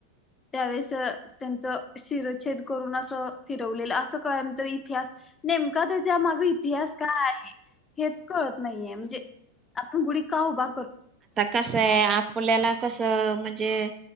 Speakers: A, on the left (about 15°); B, on the right (about 25°).
A: त्यावेळेस त्यांच शिरछेद करून असं फिरवलेलं असं काय तरी इतिहास नेम का त्याच्या माग इतिहास काय आहे? हेच कळत नाहीये, म्हणजे आपण गुडी का उभा कर
B: कसय आपल्याला कसं म्हणजे